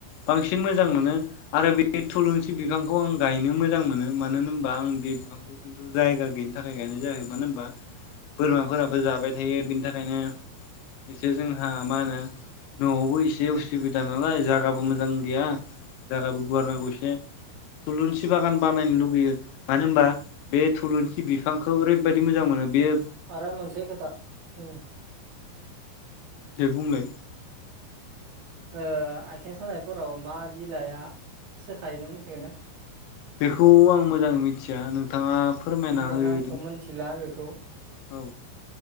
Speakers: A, on the left; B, on the right.
A: बांसिन मोजां मोनो। आरो बे थुलुनसि बिफांखौ आं गायनो मोजां मोनो मानो होनोबा आं बे बिफांखौ खिन्थु जायगा गैयिनि थाखाय गायनाय जायाखै मानो होनबा बोरमाफोराबो जाबाय थायो बेनि थाखायनो एसे जोंहा मा होनो न'आवबो एसे उसुबिदा नालाय जागाबो मोजां गैया। जागाबो गुवार नांगौ एसे थुलुनसि बागान बानायनो लुुबैयो मानो होनबा बे थुलुनसि बिफांखौ ओरैबायदि मोजां मोनो बेयो
B: आरो मोनसे खोथा उम।
A: दे बुंलाय
B: ओ आयथें सानायफोराव मा बिलाइआ सोखायो नों मिथिगोन ना?
A: बेखौ आं मोजाङै मिथि मिथिया नोंथाङा फोरमायना
B: आंबो
A: होदो
B: नामखो मोनथिला आरो खौ
A: औ